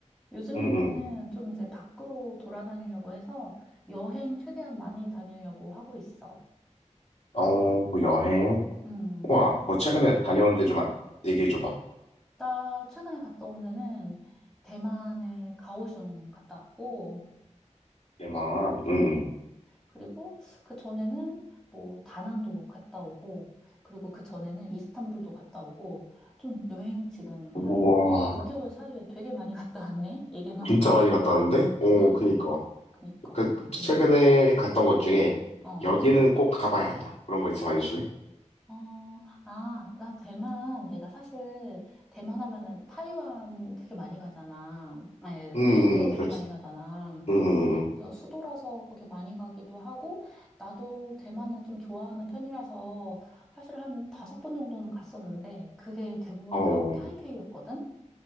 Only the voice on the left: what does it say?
응응.
어 뭐 여행.
우와 뭐 최근에 다녀온 데좀 얘기해 줘봐.
대만. 응.
응.
우와.
진짜
많이 갔다 왔는데? 오,
그니까.
그, 최근에
갔던 곳 중에,
여기는 꼭 가봐야 한다. 그런 거 있으면 알려줄래?
응, 응,
응.
그렇지.
응, 응, 응.
응. 어,